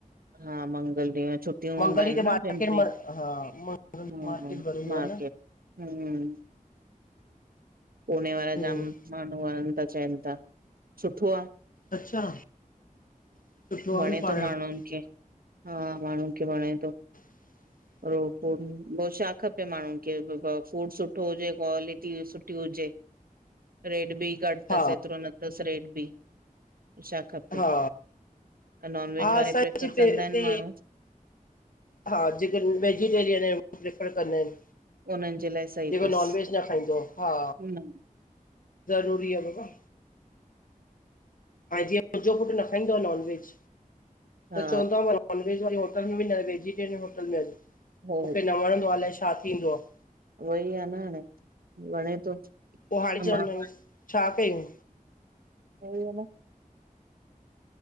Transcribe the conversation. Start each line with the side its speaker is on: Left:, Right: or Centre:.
Right: हा, मंगल ॾींह छुट् हूंदा
Left: मंगल
Right: आहिनि
Left: ई त
Right: न
Left: मार्केट
Right: पंजे,
Left: म हा मंगल
Right: हुं,
Left: मार्केट बंद हूंदो
Right: मार्केट
Left: आ न
Right: हुं, <unintelligible> पूने वारा
Left: हम्म
Right: जाम माण्हूं वञनि था, चवनि था सुठो आ। हुं,
Left: अच्छा सुठो आ
Right: वणे
Left: न पाण
Right: थो
Left: हा
Right: माण्हुनि खे। हा माण्हू खे वणे थो।
Left: <inaudible>
Right: ॿियो छा खपे माण्हू खे, फूड सुठो हुजे क्वालिटी सुठ ठी हुजे, रेट बि घटि अथसि
Left: हा
Right: हेतिरो न अथसि, रेट बि। छा खपे?
Left: हा
Right: नॉनवेज
Left: हा
Right: वारे
Left: असांजे
Right: प्रिफर
Left: पे
Right: कंदा
Left: हिते
Right: आहिनि माण्हू
Left: हा, जेके रु वेजिटेरियन आहिनि, उहे प्रिफर कंदा आहिनि।
Right: उन्हनि जे लाइ सही अथसि
Left: जेको नॉन वेज न खाईंदो। हा,
Right: न
Left: ज़रूरी आहे बाबा हा, जीअं मुंहिंजो पुटु न खाईंदो आहे नॉन वेज,
Right: हा
Left: त चवंदो आहे मा नॉन वेज वारी होटल में बि न, वेजटेरियन होटल में हल। मूंखे
Right: हो
Left: न वणंदो आहे अलाए छा थींदो आहे।
Right: वई आहे न हाणे, वणे थो, त
Left: पो हाणे चवंदा
Right: माण्हू
Left: आहियूं
Right: आहिनि
Left: छा कयूं?
Right: वई आ न?